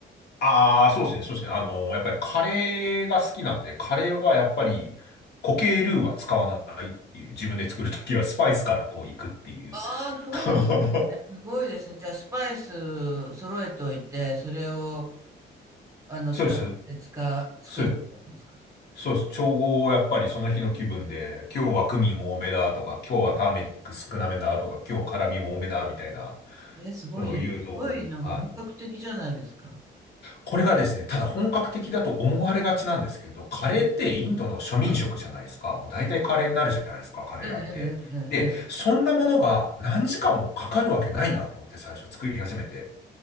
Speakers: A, on the left (about 55°); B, on the right (about 15°).
A: ああ、そうですね、そうですね。あの、やっぱりカレーが好きなんで、カレーはやっぱり固形ルーは使わないっていう、自分で作るときはスパイスからこういくっていう。
B: ああ、そうなんですね。
A: <laughs>
B: すごいですね。じゃあ、スパイス揃えておいて、それをあの、
A: そうです、
B: 使って、使、作るみたいですか。
A: そうです、そうです。調合をやっぱりその日の気分で、今日はクミン多めだとか、今日はターメリック少なめだとか、今日辛味多めだみたいな、
B: え、えすごいじゃん。
A: そういうのを、
B: すごい、なんか本格的じゃないですか。
A: はいこれがですね、ただ本格的だと思われがちなんですけど、カレーってインドの庶民食じゃないですか。
B: ええ、
A: もう大体カレーになるじゃないですか、彼らって。
B: ええ、ええ、
A: で、
B: ええ。
A: そんなものが何時間もかかるわけないなと思って最初作り始めて。